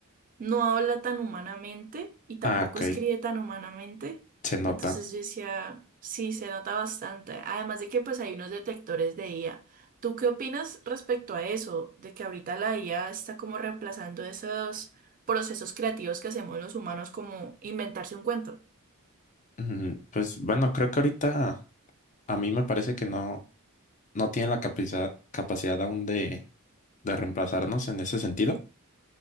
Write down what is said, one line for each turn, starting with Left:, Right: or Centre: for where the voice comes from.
Right: no habla tan humanamente y tampoco
Left: Ah, ok,
Right: escribe tan humanamente,
Left: se nota.
Right: entonces yo decía, sí, se nota bastante, además de que pues hay unos detectores de IA. ¿Tú qué opinas respecto a eso, de que ahorita la IA está como reemplazando esos procesos creativos que hacemos los humanos, como inventarse un cuento?
Left: Mm, pues bueno, creo que ahorita a mí me parece que no, no tiene la capacidad, capacidad aún de, de reemplazarnos en ese sentido,